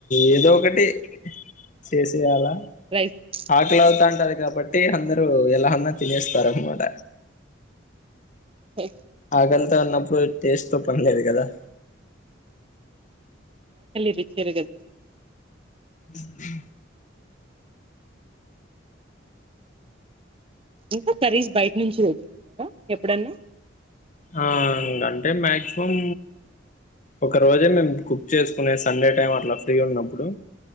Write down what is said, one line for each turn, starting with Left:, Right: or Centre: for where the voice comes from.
Left: ఏదో ఒకటి చేసేయాలా
Right: రైస్
Left: ఆకలి అవుతుంటది కాబట్టి అందరు ఎలా ఉన్నా తినస్తారు అన్నమాట
Right: ఉ
Left: ఆకలితో ఉన్నప్పుడు టేస్ట్ తో పనిలేదు కదా
Right: తెలీదు తిరగది
Left: ఉ హు
Right: ఇంకా కర్రీస్ బయట నుంచి తేచ్చుకుంటారా ఎప్పుడన్న
Left: ఆ అంటే మాక్సిమం ఒక రోజే మేము కుక్ చేసుకునే సండే టైం అట్లా ఫ్రీ ఉన్నప్పుడు